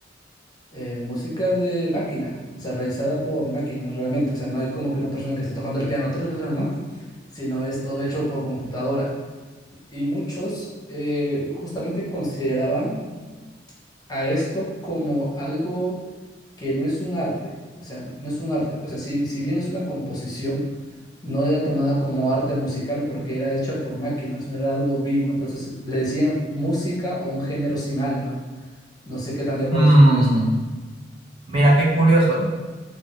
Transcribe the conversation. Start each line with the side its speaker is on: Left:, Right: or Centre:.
Left: eh, música de máquina, o sea, realizada por máquinas realmente. O sea, no hay como que una persona que esté tocando el piano, tararara, ¿no? <laughs> Sino es todo hecho por computadora. Y muchos eh, justamente consideraban a esto como algo que no es un arte, o sea, no es un arte, o sea, si, si bien es una composición, no era tomada como arte musical porque era hecha por máquinas, no era algo vivo, entonces le decían música o un género sin alma. No sé qué tan de acuerdo
Right: Mm,
Left: estés con esto.
Right: mira, qué curioso